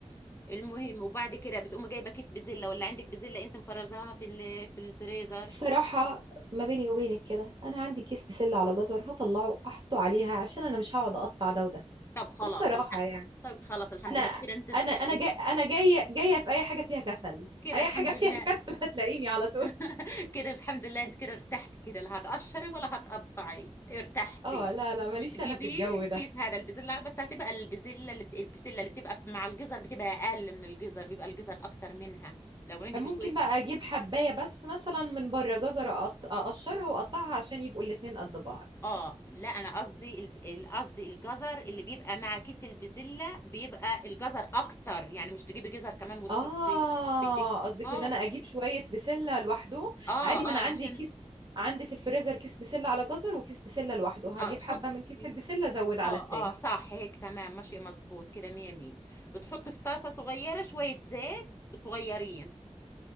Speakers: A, on the left (about 25°); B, on the right (about 40°).
A: المهم وبعد كده بتقوم جايبه كيس بزله ولا عندك بزله انت مفرزاها في ال- في الفريزر
B: الصراحة ما بيني وبينك كده أنا عندي كيس بسلة على جزر هطلعه أحطه عليها عشان أنا مش هقعد أقطع ده وده
A: طب خلاص
B: الصراحة
A: الحق
B: يعني
A: طب خلاص الحمد
B: أنا
A: لله كده انت ارتحتي
B: أنا أنا جاي أنا جاية جاية في أي حاجة فيها كسل
A: كده
B: أي
A: الحمد
B: حاجة فيها
A: لله
B: <laughs> كسل هتلاقيني على طول
A: <laughs> كده الحمد لله انت كده ارتحتي كده لا هتقشري ولا هتقطعي ارتحتي
B: أه لا لا ماليش
A: بتجيبيه
B: أنا في الجو
A: الكيس
B: ده
A: هذا البزلة على- بس هتبقى البزلة اللي بت... البسلة اللي بتبقى في... مع الجزر بتبقى أقل من الجزر بيبقى الجزر أكتر منها لو عندك
B: ممكن
A: شوية
B: بقى أجيب حباية بس مثلا من بره جزر أقط- أقشرها وأقطعها عشان يبقوا الاتنين قد بعض
A: اه لا أنا قصدي ال- ال- قصدي الجزر اللي بيبقى مع كيس البزلة بيبقى الجزر أكتر يعني مش تجيبي جزر كمان وتحطي
B: اه
A: بدك
B: قصدك
A: اه
B: ان انا اجيب شويه بسله لوحدهم
A: اه
B: عادي ما
A: اه
B: انا عندي
A: عشان
B: كيس عندي في الفريزر كيس بسله على جزر وكيس بسله لوحده
A: اه
B: هجيب
A: تحطي
B: حبه من كيس البسله ازود على
A: اه
B: التاني
A: اه صح هيك تمام ماشي مظبوط كده مية مية بتحط في طاسة صغيرة شوية زيت صغيرين